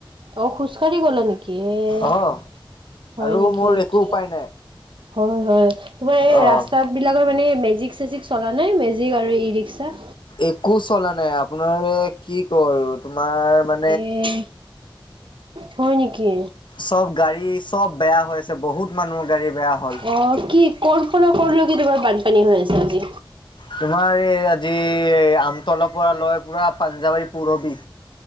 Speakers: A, on the right; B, on the left.
A: অ', খোজকাাঢ়ি গ'লা নিকি এই
B: অহ
A: হয়,
B: আৰু
A: নিকি?
B: মোৰ
A: আচ্ছা।
B: একো উপায় নাই
A: হয়, হয়, তোমাৰ এই
B: অহ
A: ৰাস্তা বিলাকৰ মানে, এই মেজিক চেজিক চলানে মেজিক আৰু ই ৰিক্সা?
B: একো চলা নাই আপোনাৰ এই কি কওঁ আৰু তোমাৰ মানে
A: এই হয়, নিকি?
B: চব গাড়ী চব বেয়া হৈছে বহুত মানুহৰ গাড়ী বেয়া হ'ল
A: অঁ কি কৰ' পৰা কৰলৈকে তোমাৰ বানপানী হৈ আছে আজি
B: তোমাৰ এই আজি এই আমতলৰ পৰা লয় পুৰা পাঞ্জাৱাৰী পূৰৱী